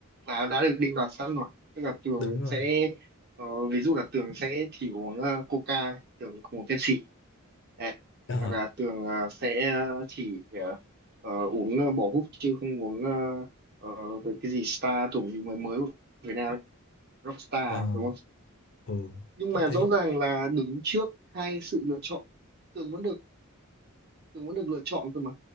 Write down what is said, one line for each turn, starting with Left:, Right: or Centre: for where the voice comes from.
Right: là đã được định đoạt sẵn rồi tức là Tường
Left: đúng rồi
Right: sẽ ờ, ví dụ là Tường sẽ chỉ uống ờ, Coca Tường không uống Pepsi Đấy.
Left: ờ
Right: hoặc là Tường ờ, sẽ chỉ ờ, ờ, uống ờ, bỏ húp chứ không uống ờ, ờ, về cái gì Star tưởng gì mới mới của Việt Nam ấy. Rockstar
Left: ờ
Right: đúng không
Left: ừ
Right: nhưng
Left: chắc
Right: mà
Left: thế
Right: rõ ràng là đứng trước hai sự lựa chọn Tường vẫn được Tường vẫn được lựa chọn cơ mà